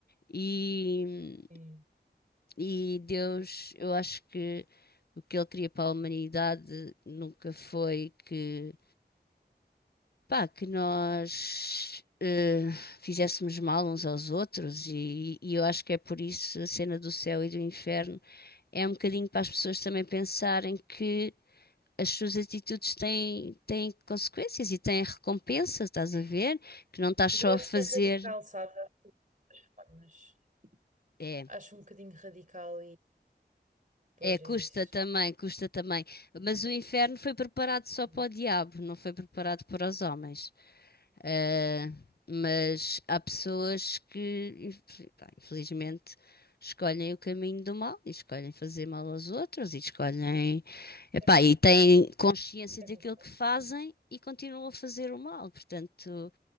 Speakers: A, on the left; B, on the right.
A: E,
B: Sim.
A: e Deus, eu acho que o que ele queria para a humanidade nunca foi que, pá, que nós eh, fizéssemos mal uns aos outros, e, e eu acho que é por isso a cena do céu e do inferno é um bocadinho para as pessoas também pensarem que. As suas atitudes têm, têm consequências e têm recompensa, estás
B: sim.
A: a ver? que não estás
B: Mas
A: só
B: eu acho
A: a fazer
B: que é radical, sabes? Acho que tem muitas formas.
A: É,
B: Acho um bocadinho radical e depois
A: é, custa
B: é isso.
A: também, custa também. Mas
B: É por
A: o inferno
B: isso.
A: foi preparado só
B: Sim.
A: para o diabo, não foi preparado para os homens. Ah, mas há pessoas que, inf- pá, infelizmente, escolhem o caminho do mal e escolhem fazer mal aos outros e escolhem, epá,
B: É,
A: e têm consciência
B: é
A: daquilo
B: verdade.
A: que fazem e continuam a fazer o mal. Portanto,